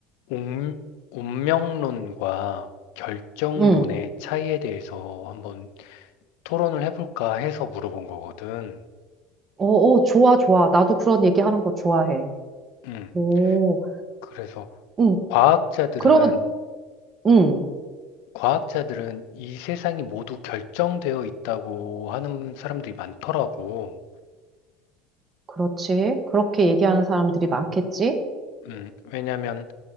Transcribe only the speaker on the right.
음.
어, 어, 좋아, 좋아. 나도 그런 얘기하는 거 좋아해.
오.
음.
그러면 음.
그렇지. 그렇게 얘기하는 사람들이 많겠지?